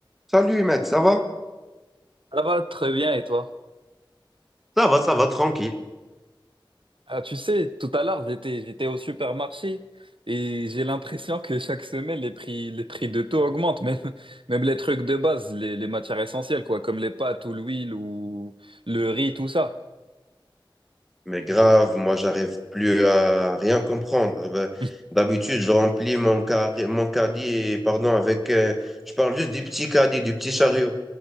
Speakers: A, in the centre; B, on the right (about 75°).
A: Salut mec, ça va?
B: Ça va très bien, et toi?
A: Ça va, ça va, tranquille.
B: Ah, tu sais, tout à l'heure, j'étais, j'étais au supermarché et j'ai l'impression que chaque semaine, les prix, les prix de tout augmentent, <laughs> même, même les trucs de base, les, les matières essentielles, quoi, comme les pâtes ou l'huile ou le riz, tout ça.
A: Mais grave, moi j'arrive plus à rien comprendre. Ben,
B: <laughs>
A: D'habitude, je remplis mon, carré- mon caddie, et, pardon, avec. euh, je parle juste du petit caddie, du petit chariot.